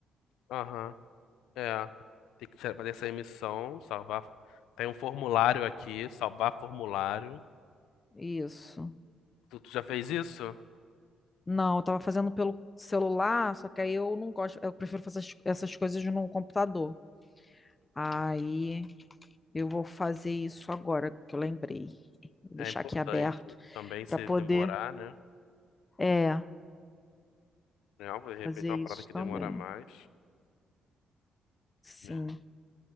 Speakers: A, on the left (about 80°); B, on the left (about 25°).
A: Aham, é. Tem que tirar- fazer essa emissão, salvar. Tem um formulário aqui, salvar formulário.
B: Isso.
A: Tu, tu já fez isso?
B: Não, eu tava fazendo pelo celular, só que aí eu não gosto, eu prefiro fazer as- essas coisas no computador. Aí eu vou fazer isso agora que eu lembrei. Vou deixar
A: É importante.
B: aqui aberto
A: Também se
B: para poder,
A: demorar, né?
B: é,
A: Não, de repente
B: fazer
A: é uma
B: isso
A: parada que demora
B: também.
A: mais,
B: Sim.
A: né?